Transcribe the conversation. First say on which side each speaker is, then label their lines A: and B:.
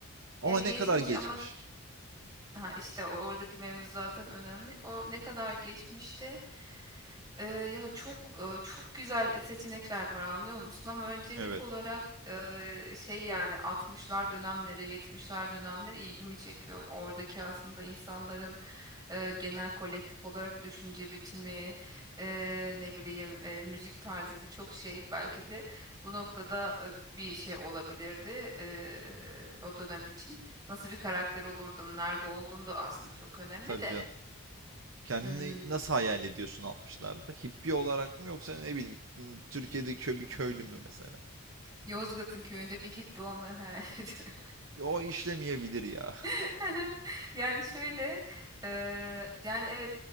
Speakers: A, on the right; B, on the right.
A: Ama
B: yani
A: ne
B: geçmiş
A: kadar geçmiş?
B: ama ha işte oradaki mevzu zaten önemli. O ne kadar geçmişte Ee, ya çok e, çok güzel seçenekler var anlıyor musun? Ama öncelik
A: Evet.
B: olarak e, şey yani 60'lar dönemleri, yetmişler dönemleri ilgimi çekiyor. Oradaki aslında insanların e, genel kolektif olarak düşünce biçimi, e, ne bileyim e, müzik tarzı birçok şey belki de bu noktada e, bir şey olabilirdi e, o dönem için. Nasıl bir karakter olurdum, nerede olduğum da aslında çok önemli
A: Tabii
B: de.
A: canım. Kendini
B: Hmm,
A: nasıl hayal ediyorsun altmışlarda Hippi olarak mı yoksa ne bileyim Türkiye'deki kö bir köylü mü mesela?
B: Yozgat'ın köyünde bir hippi olmayı hayal ediyorum.
A: O işlemeyebilir ya. <laughs>
B: <laughs> Yani şöyle eee, yani evet